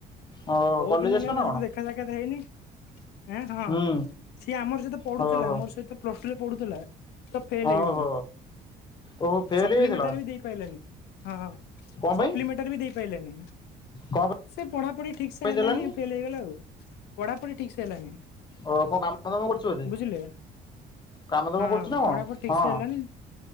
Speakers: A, on the left; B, on the left.
A: ଓ
B: ବହୁତୁ
A: କଲେଜ
B: ଦିନି
A: ଆସିବ
B: ହେଲାଣି
A: ନା
B: ତା
A: କଣ?
B: ସଇତ ଦେଖାସଖାତ ହେଇନି। ଏଁ ହଁ
A: ହୁଁ
B: ସିଏ ଆମର ସହିତ ପଢୁଥିଲା
A: ଓହୋ।
B: ମୋର ସହିତ ପ୍ଲସ୍ଟୁ ରେ ପଢୁଥୁଲା। ତ ଫେଲ୍
A: ଓହୋ
B: ହେଇଗଲା
A: ଓହୋ ଫେଲ
B: ସପ୍ଲିମେଣ୍ଟରେ
A: ହେଇଯାଇଥିଲା
B: ବି ଦେଇ ପାଇଲାନି ହଁ।
A: କଣ ପାଇଁ
B: ସପ୍ଲିମେଣ୍ଟାରୀ ବି ଦେଇ ପାଇଲେନି ନି।
A: କଣ
B: ସେ ପଢାପଢି ଠିକ୍ ସେ
A: ପାଇଁ
B: ହେଲାନି
A: ଦେଲାନି?
B: ଫେଲ୍ ହେଇଗଲା ଆଉ ପଢାପଢି ଠିକ୍ ସେ ହେଲାନି।
A: ଓ କଣ କାମ ଦାମ କରୁଚୁ ବୋଧେ?
B: ବୁଝିଲେ
A: କାମ ଦାମ
B: ହଁ
A: କରୁଛି ନା କଣ?
B: ପଢାପଢି ଠିକ୍
A: ହଁ
B: ସେ ହେଲାନି